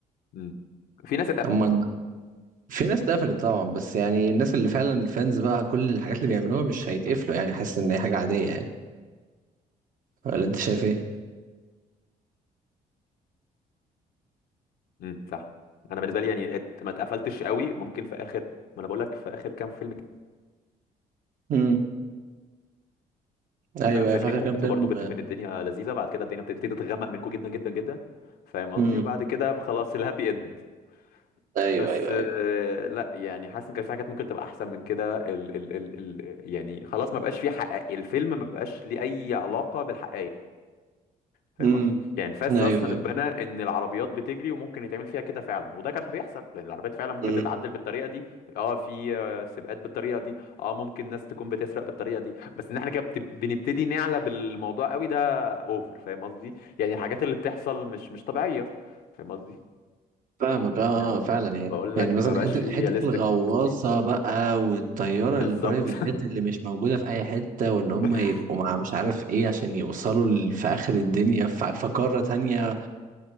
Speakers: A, on the left; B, on the right.
A: امم في ناس اتقفلت
B: هم في ناس اتقفلت طبعا بس يعني الناس اللي فعلا فانز بقى كل الحاجات اللي بيعملوها مش هيتقفلوا
A: ها
B: يعني حاسس إن هي حاجة عادية يعني ولا أنت شايف إيه؟
A: امم صح انا بالنسبه لي يعني ات- ما اتقفلتش قوي ممكن في اخر ما انا بقول لك في اخر كام فيلم كده
B: امم أيوه
A: اللي انا مستنيه
B: في
A: منكم
B: آخر كام
A: انتوا
B: فيلم
A: برضو بتبقى ان الدنيا لذيذه بعد كده الدنيا بتبتدي تتغمق منكم جدا جدا جدا فاهم قصدي
B: امم
A: وبعد كده خلاص الهابي اند
B: أيوه
A: بس
B: أيوه أيوه
A: آه، لا يعني حاسس ان كان في حاجات ممكن تبقى احسن من كده ال ال ال ال يعني خلاص ما بقاش في حقائق الفيلم ما بقاش ليه اي علاقه بالحقائق فاهم
B: امم
A: قصدي يعني فاس
B: أيوه
A: اصلا اتبنى ان العربيات بتجري وممكن يتعمل فيها كده فعلا وده كان بيحصل لان العربيات فعلا ممكن
B: أيوه
A: تتعدل بالطريقه دي اه في آه، سباقات بالطريقه دي اه ممكن ناس تكون بتسرق بالطريقه دي بس ان احنا كده بت- بنبتدي نعلى بالموضوع قوي ده اوفر فاهم قصدي يعني الحاجات اللي بتحصل مش مش طبيعيه فاهم قصدي
B: فاهمك اه
A: يعني
B: آه، فعلا يعني
A: بقول
B: يعني
A: لك
B: مثلا
A: ما بقاش
B: حته
A: فيه
B: حته
A: رياليستيك
B: الغواصه
A: سينز
B: بقى والطياره
A: بالظبط
B: البرايفت جيت اللي مش موجوده في اي حته وان هم
A: <laughs>
B: يبقوا مع مش عارف ايه عشان يوصلوا ل- في اخر الدنيا في في قاره تانية